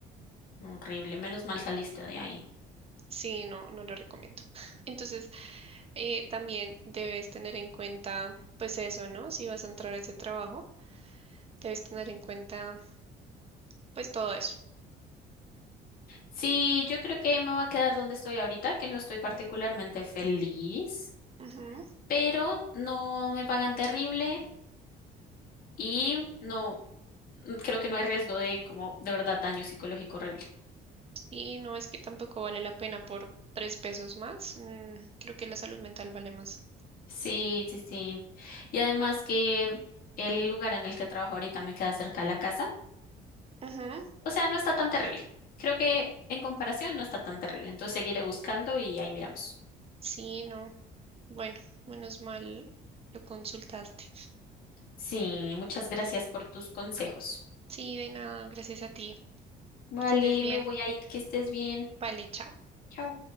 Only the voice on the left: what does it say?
Horrible, menos mal saliste de ahí.
Sí, yo creo que me voy a quedar donde estoy ahorita, que no estoy particularmente feliz,
pero no me pagan terrible y no, creo que no hay riesgo de como de verdad daño psicológico horrible.
Sí, sí, sí. Y además que el lugar en el que trabajo ahorita me queda cerca de la casa.
O sea, no está tan terrible. Creo que en comparación no está tan terrible. Entonces seguiré buscando y ahí miramos.
Sí, muchas gracias por tus consejos.
Vale,
me voy a ir, que estés bien.
Chao.